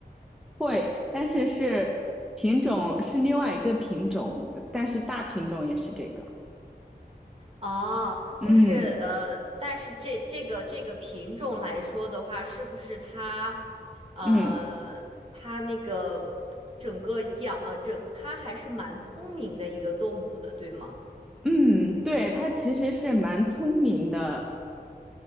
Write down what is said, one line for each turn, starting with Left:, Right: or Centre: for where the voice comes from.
Centre: 会，但是是品种是另外一个品种，但是大品种也是这个。
Right: 哦，就是呃，
Centre: 嗯
Right: 但是这这个这个品种来说的话，是不是它，呃，
Centre: 嗯
Right: 它那个整个养啊，整它还是蛮聪明的一个动物的，对吗？
Centre: 嗯，对，它其实是蛮聪明的，